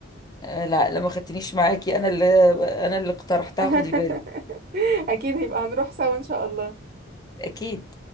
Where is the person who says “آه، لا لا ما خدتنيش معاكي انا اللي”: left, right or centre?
Left